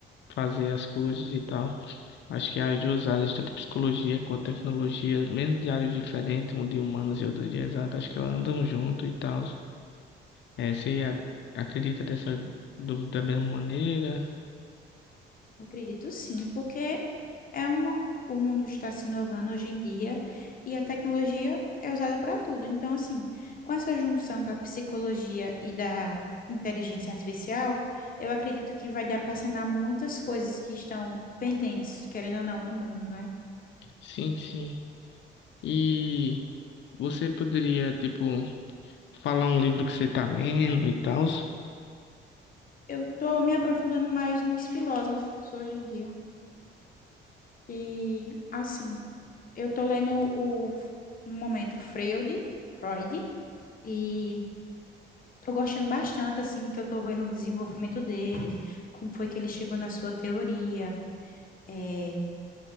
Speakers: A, on the left; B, on the left.
A: fazer as coisas e tal. Acho que as duas áreas, tanto psicologia quanto tecnologia, mesmo de áreas diferentes, uma de humanas e outra de exatas, acho que elas andam junto e tal. É, você a- acredita dessa, do- da mesma maneira?
B: Acredito sim, porque é uma, o mundo está se inovando hoje em dia e a tecnologia é usada para tudo. Então, assim, com essa junção da psicologia e da inteligência artificial, eu acredito que vai dar para sanar muitas coisas que estão pendentes, querendo ou não, no mundo, né?
A: Sim, sim. E você poderia, tipo, falar um livro que você tá lendo e tal?
B: Eu estou me aprofundando mais nos filósofos hoje em dia. E assim, eu tô lendo o no momento Freud, Freud, e tô gostando bastante assim que eu tô vendo o desenvolvimento dele, como foi que ele chegou na sua teoria, é,